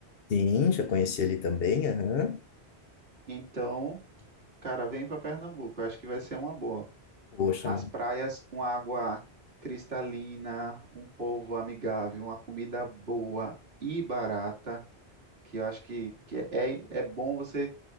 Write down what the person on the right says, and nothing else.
Então, cara, vem para Pernambuco, eu acho que vai ser uma boa.
As praias com água cristalina, um povo amigável, uma comida boa e barata, que eu acho que, que é, é é bom você.